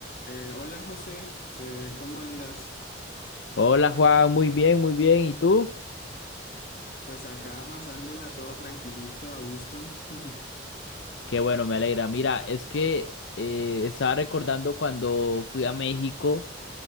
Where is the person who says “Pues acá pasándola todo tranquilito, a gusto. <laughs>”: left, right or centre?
Left